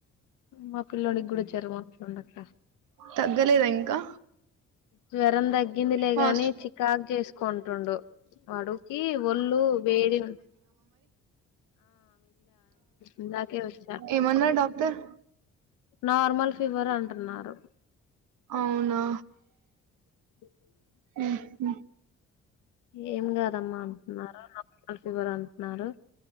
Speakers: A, on the left; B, on the right.
A: మా పిల్లోడికి కూడా జ్వరం వస్తందక్క
B: తగ్గలేదా ఇంకా
A: జ్వరందగ్ ఇందులేగాని
B: హాస్
A: చికాక్ చేసు కొన్ రెండు వడుకి ఒళ్ల్ళు వేడి గున్ ఇందాకే వచ్చా
B: ఏమన్నార్ డాక్టర్
A: నార్మల్ ఫీవర్ అంటున్నారు
B: అవునా
A: <inaudible>
B: హ్మ్మ్
A: ఏముంద దమ్మ అంటున్నారు చివర అంటున్నారు